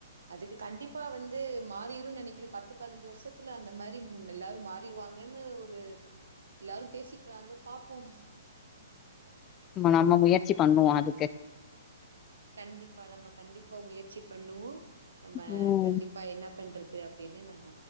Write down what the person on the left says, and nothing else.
நம்ம முயற்சி பண்ணுவோம் அதுக்கு
ம்